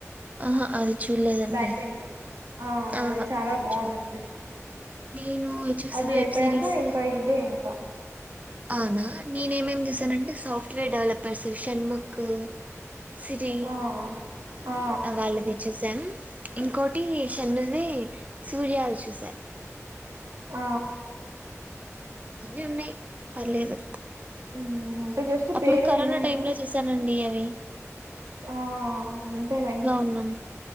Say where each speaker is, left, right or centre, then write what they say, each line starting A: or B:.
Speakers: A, on the right; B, on the right.
A: ఆహ అది చూడలేదండి
B: బ్యాక్ బెంచెస్ ఆ
A: ఆహా
B: అది చాలా
A: ఆహా
B: బావుందింది
A: చూడలేదు నేను చూసిన
B: అది హ్మ్
A: వెబ్
B: అయిపోయాక
A: సిరీస్
B: ఇంకా ఇదే ఇ పా
A: ఔనా నేనేమేంమ్ చేశానంటే సాఫ్ట్వేర్ డెవలప్ పశూషన్ ముక్కు సిరి
B: ఆ ఆ
A: వాల్లది చుసాం ఇంకోటి షన్నుది సూర్యవశు సార్
B: ఆ
A: ఆ బానే ఉన్నయ్ పర్లేదు
B: ఉమ్ అంటే జస్ట్
A: అప్పుడు
B: పేరు
A: కరోనా
B: విన్నాను
A: టైమ్ లో చూసానండి వే
B: ఆ అంతేలే
A: ఉన్నాం